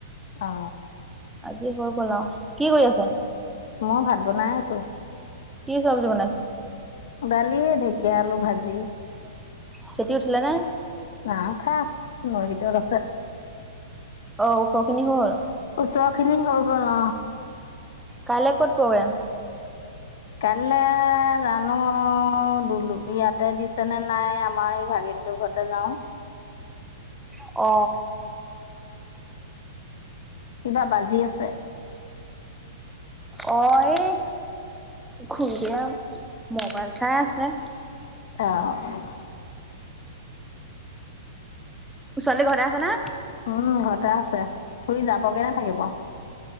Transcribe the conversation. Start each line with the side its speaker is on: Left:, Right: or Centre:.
Left: অ
Centre: আজি হৈ গ'ল আও কি কৰি আছে
Left: মও ভাত বনাই আছো।
Centre: কি চব্জি বনাইছ।
Left: দালি, ঢেকীয়া, আলু ভাজি।
Centre: খেতি উঠিলে নে?
Left: নাই উঠা, নৈ ভিতৰত আছে।
Centre: অ' ওচখিনি হ'ল।
Left: উচৰখিনি হৈ গল অহ'।
Centre: কাইলে ক'ত প্ৰগ্ৰেম
Left: কাইলে জানো দুলুটো ইয়াতে দিছে নে নাই আমাৰ এই ভাগিনটোৰ ঘত নেযাও
Centre: অ
Left: কিবা বাজি আছে
Centre: অ এই খুৰীদেউয়ে মবাইল চাই আছে
Left: অহ'।
Centre: ছোৱালী ঘৰতে আছে না?
Left: উম ঘৰতে আছে, খুৰী যাবগে নে থাকিব?